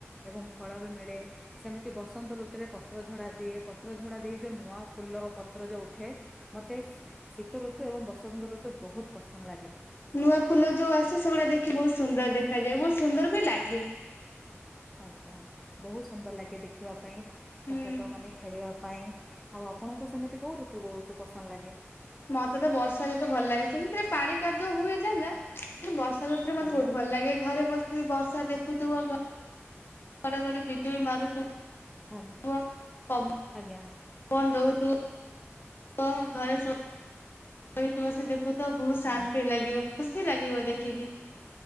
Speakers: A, in the centre; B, on the left.
A: ଏବଂ ଫଳ ବି ମିଳେ ସେମିତି ବସନ୍ତ ଋତୁରେ ପତ୍ର ଝଡ଼ା ଦିଏ। ପତ୍ର ଝଡ଼ା ଦେଇ ଯୋଉ ନୂଆ ଫୁଲ ପତ୍ର ଯୋଉ ଉଠେ ମତେ ସେ ତ ଋତୁ ଏବଂ ବସନ୍ତ ଋତୁ ବହୁତ ପସନ୍ଦ ଲାଗେ।
B: ନୂଆ ଫୁଲ ଯୋଉ ଆସେ ସେଗୁଡ଼ା ଦେଖି ବହୁତ ସୁନ୍ଦର ଦେଖାଯାଏ। ବହୁତ ସୁନ୍ଦର ବି ଲାଗେ।
A: ଆଜ୍ଞା ବହୁତ ସୁନ୍ଦର ଲାଗେ ଦେଖିବା ପାଇଁ ତା
B: ହୁଁ।
A: ସହିତ ମାନେ ଖେଳିବା ପାଇଁ ଆଉ ଆପଣଙ୍କୁ ସେମିତି କୋଉ ଋତୁ ବହୁତ ପସନ୍ଦ ଲାଗେ?
B: ମତେ ତ ବର୍ଷା ଯେତେ ଭଲ ଲାଗେ ସେମିତି ରେ ପାଣି କାଦୁଅ ହୁଏ ଜାଗା। ମତେ ବର୍ଷା ଋତୁରେ ମତେ
A: ଆଜ୍ଞା
B: ବହୁତ ଭଲ ଲାଗେ। ଘରେ ବସ ସି ବର୍ଷା ଦେଖୁଥିବ ଘଡ଼ଘଡ଼ି ବିଜୁଳି ମାରୁଥିବ।
A: ଆଜ୍ଞା
B: ପବନ
A: ଆଜ୍ଞା
B: ଦୋଉ। ବ ଘରେ ସୋ ବି ବସି ଦେଖୁ ତ ବହୁତ ଶାନ୍ତି ଲାଗିବ ଖୁସି ଲାଗିବ ଦେଖିକି।